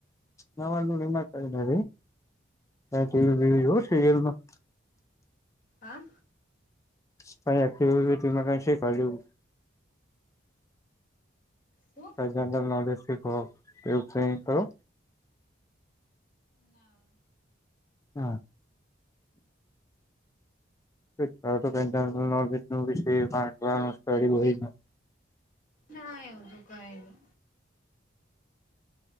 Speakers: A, on the left; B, on the left.
A: ના માતા ન સીયલમાં
B: હા
A: <unintelligible>
B: શું
A: જનરલ નોલેજ એ કરો એવુ કઈ કરો
B: ના
A: હા જ નોલેજ <unintelligible> સ્ટડી હોય
B: ના એવું તું કઈ નહી